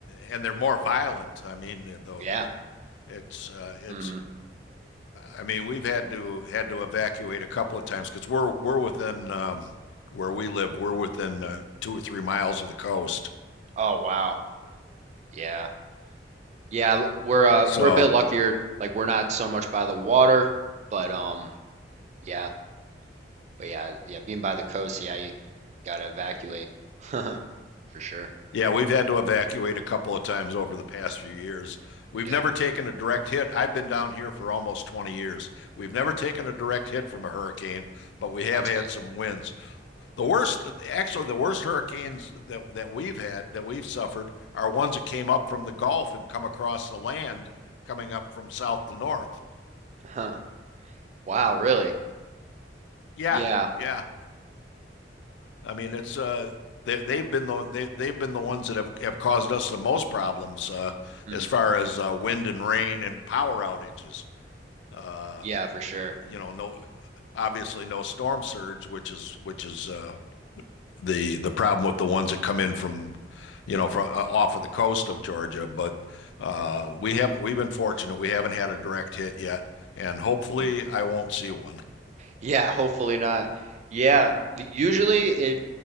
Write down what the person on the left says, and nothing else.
and they're more violent. I mean, though
it's uh, it's
I mean, we've had to had to evacuate a couple of times because we're we're within um, where we live. We're within uh, two or three miles of the coast.
So
yeah, we've had to evacuate a couple of times over the past few years. We've
never taken a direct hit. I've been down here for almost 20 years. We've never taken a direct hit from a hurricane, but we have
had
some winds. The worst, actually, the worst hurricanes that, that we've had, that we've suffered, are ones that came up from the Gulf and come across the land coming up from south to north.
Yeah,
yeah. I mean, it's uh they they've been the they they've been the ones that have have caused us the most problems uh
as far as uh wind and rain and power outages. Uh
you know, no obviously no storm surge, which is which is uh the the problem with the ones that come in from you know from uh, off of the coast of Georgia, but uh we haven't we've been fortunate. We haven't had a direct hit yet, and hopefully
I won't see one.